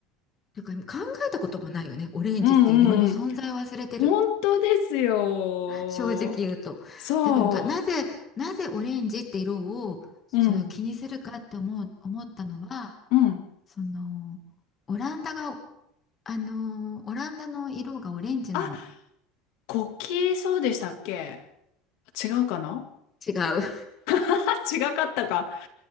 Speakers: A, on the left (about 20°); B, on the left (about 60°).
A: ていうか、考えたこともないよね、オレンジっていう色の存在を忘れてる。
B: うんうんうん。本当ですよ。
A: 正直言うと。
B: そ
A: だからどなぜ、なぜオレンジって色をそういう気にするかって思う、
B: う。うん。
A: 思ったのは、
B: うん。
A: そのオランダが、あのオランダの色がオレンジなの。
B: あ、国旗、そうでしたっけ違うかな
A: 違う。
B: あ、<laughs> 違かったか。